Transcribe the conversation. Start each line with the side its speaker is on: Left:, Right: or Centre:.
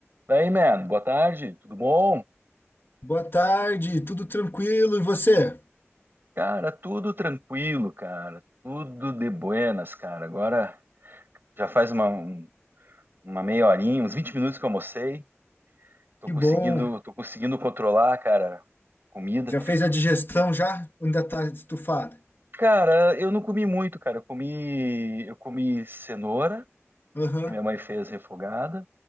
Right: Daí, man, boa tarde, tudo bom?
Left: Boa tarde, tudo tranquilo e você?
Right: Cara, tudo tranquilo, cara, tudo de buenas, cara. Agora já faz uma, um- uma meia horinha, uns 20 minutos que eu almocei, tô
Left: Que
Right: conseguindo,
Left: bom.
Right: tô conseguindo controlar, cara, comida.
Left: Já fez a digestão já? Ou Ainda tá estufada?
Right: Cara, eu não comi muito, cara, eu comi, eu comi cenoura,
Left: Aham.
Right: que minha mãe fez refogada,